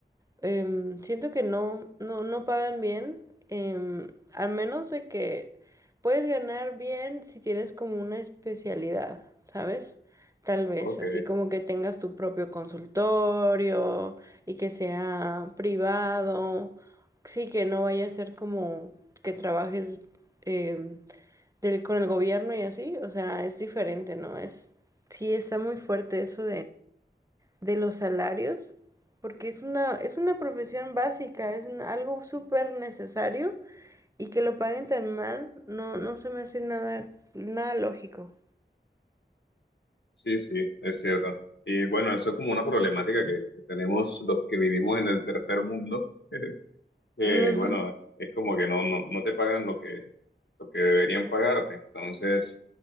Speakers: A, on the right; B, on the left.
A: em, siento que no, no, no pagan bien, em, al menos de que puedes ganar bien si tienes como una especialidad, ¿sabes? Tal vez,
B: Ok,
A: así como que tengas tu propio consultorio y que sea privado, sí, que no vaya a ser como que trabajes em, del, con el gobierno y así, o sea, es diferente, ¿no? Es, sí, está muy fuerte eso de los salarios, porque es una, es una profesión básica, es un- algo súper necesario y que lo paguen tan mal, no, no se me hace nada, nada lógico.
B: sí, sí, es cierto. Y bueno, eso es como una problemática que, que tenemos los que vivimos en el tercer mundo. <laughs> Eh,
A: Ujú.
B: bueno, es como que no, no, no te pagan lo que, lo que deberían pagarte. Entonces,